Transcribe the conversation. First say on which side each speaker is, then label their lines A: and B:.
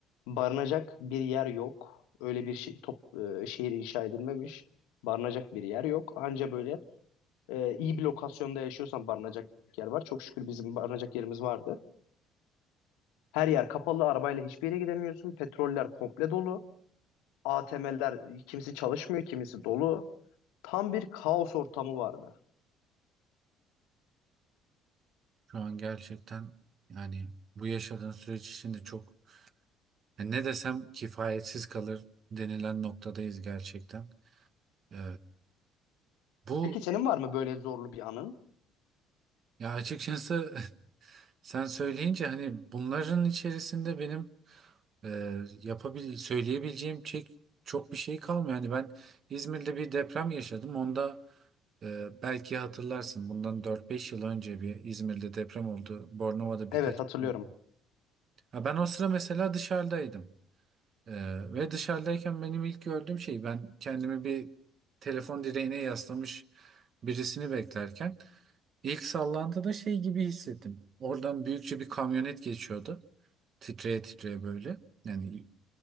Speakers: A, on the left; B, on the right.
A: Barınacak bir yer yok. Öyle bir şey, top, e, şehir inşa edilmemiş. Barınacak bir yer yok. Anca böyle e, iyi bir lokasyonda yaşıyorsan barınacak yer var. Çok şükür bizim barınacak yerimiz vardı. Her yer kapalı, arabayla hiçbir yere gidemiyorsun. Petroller komple dolu. ATM'ler kimisi çalışmıyor, kimisi dolu. Tam bir kaos ortamı vardı.
B: Şu an gerçekten yani bu yaşadığın süreç içinde çok yani ne desem kifayetsiz kalır denilen noktadayız gerçekten. Ee, bu
A: Peki senin var mı böyle zorlu bir anın?
B: ya açıkçası Sen söyleyince hani bunların içerisinde benim e, yapabil söyleyebileceğim çek çok bir şey kalmıyor. Hani ben İzmir'de bir deprem yaşadım. Onda e, belki hatırlarsın bundan dört beş yıl önce bir İzmir'de deprem oldu. Bornova'da birkaç.
A: Evet hatırlıyorum.
B: <laughs> Ha, ben o sıra mesela dışarıdaydım. E, ve dışarıdayken benim ilk gördüğüm şey ben kendimi bir telefon direğine yaslamış birisini beklerken ilk sallantıda şey gibi hissettim. Oradan büyükçe bir kamyonet geçiyordu titreye titreye böyle. Yani